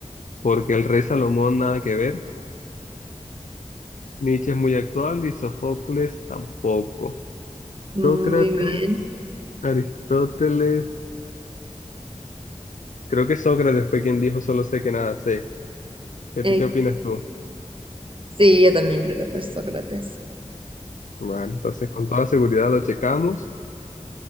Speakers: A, on the left (about 80°); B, on the right (about 45°).
A: porque el rey Salomón nada que ver. Nietzsche es muy actual y Sófocles tampoco.
B: Muy
A: Sócrates,
B: bien.
A: Aristóteles, creo que Sócrates fue quien dijo solo sé que nada sé. ¿Qué,
B: Eh,
A: te- qué opinas tú?
B: sí, yo también creo que fue Sócrates.
A: Vale, entonces con toda seguridad lo checamos